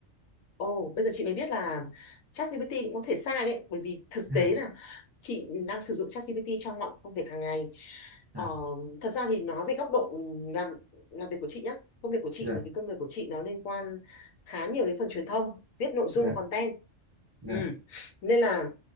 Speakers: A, on the left (about 85°); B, on the right (about 30°).
A: Ồ, bây giờ chị mới biết là ChatGPT cũng có thể sai đấy, bởi vì thực
B: Dạ,
A: tế là chị đang sử dụng ChatGPT trong mọi công việc hàng ngày.
B: dạ,
A: Ờ, thật ra thì nói về góc độ làm làm việc của chị nhá, công việc của chị
B: dạ
A: bởi vì công việc của chị nó liên quan khá nhiều đến phần truyền thông, viết nội dung
B: dạ
A: content.
B: dạ
A: Ừ. Nên là